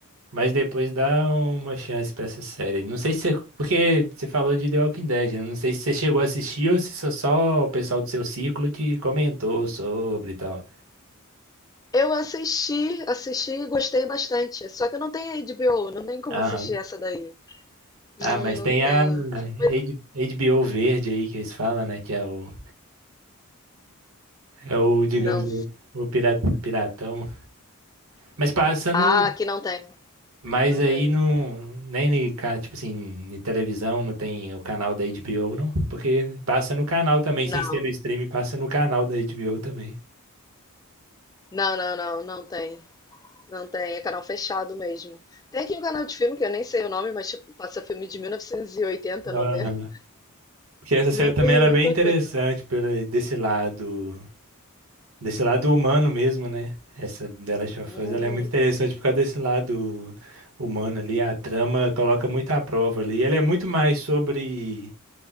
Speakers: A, on the right; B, on the left.
A: mas depois dá uma chance pra essa série. Não sei se você, porque você falou de The Walking Dead, né? Não sei se você chegou a assistir ou se só só o pessoal do seu ciclo que comentou sobre e tal.
B: Eu assisti, assisti e gostei bastante. Só que eu não tenho HBO, não tem como
A: Aham.
B: assistir essa daí.
A: Ah,
B: Hum,
A: mas
B: não
A: tem
B: tenho.
A: a H-
B: Mas-
A: HBO Verde aí que eles falam, né? Que é o, é o digamos,
B: não.
A: o o pirata, piratão. Mas passa no.
B: Ah, aqui não tem.
A: Mas
B: Não
A: aí
B: tem.
A: não. Nem, em ca- tipo assim, em televisão não tem o canal da HBO, não? Porque passa no canal também,
B: Não.
A: sem ser no stream, passa no canal da HBO também.
B: Não, não, não, não tem. Não tem. É canal fechado mesmo. Tem aqui um canal de filme que eu nem sei o nome, mas tipo, passa filme de 1980,
A: Aham.
B: 90.
A: Porque essa
B: Não
A: série também
B: tem
A: era
B: muita
A: bem interessante
B: coisa.
A: pelo, desse lado. desse lado humano mesmo, né? Essa The Last of
B: Hum.
A: Us, ela é muito interessante por causa desse lado humano ali. A trama coloca muito à prova ali. Ela é muito mais sobre